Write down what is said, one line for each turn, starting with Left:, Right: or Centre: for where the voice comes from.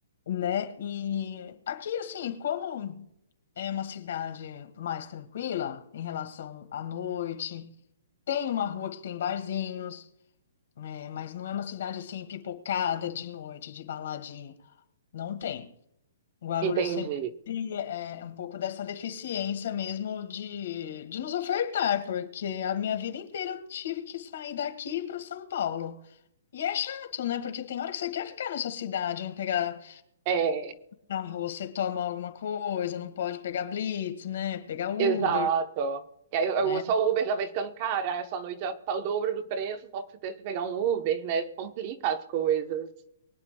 Left: né? E aqui, assim, como é uma cidade mais tranquila em relação à noite, tem uma rua que tem barzinhos, né? Mas não é uma cidade assim pipocada de noite, de baladinha. Não tem. Guarulhos
Right: Entendi.
Left: sempre é um pouco dessa deficiência mesmo de, de nos ofertar, porque a minha vida inteira eu tive que sair daqui para São Paulo. E é chato, né? Porque tem hora que você quer ficar nessa cidade, não pegar
Right: É.
Left: ah, você toma alguma coisa, não pode pegar Blitz, né? Pegar Uber,
Right: Exato. E aí, eu,
Left: né?
Right: só o Uber já vai ficando caro, aí a sua noite já tá o dobro do preço, só pra você ter que pegar um Uber, né? Complica as coisas.